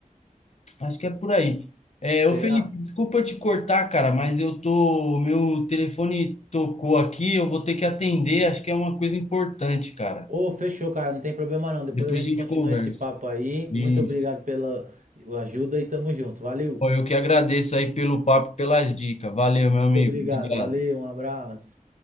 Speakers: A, on the left; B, on the right.
A: acho que é por aí. É, ô
B: Será?
A: Felipe, desculpa te cortar, cara, mas eu tô. Meu telefone tocou aqui, eu vou ter que atender, acho que é uma coisa importante, cara.
B: Ô, fechou, cara, não tem problema não. Depois
A: Depois
B: a gente
A: a gente
B: continua
A: conversa.
B: esse papo aí.
A: Isso.
B: Muito obrigado pela ajuda e tamo junto. Valeu.
A: Pô, eu que agradeço aí pelo papo, e pelas dicas. Valeu, meu
B: Muito
A: amigo.
B: obrigado,
A: Obrigado.
B: valeu, um abraço.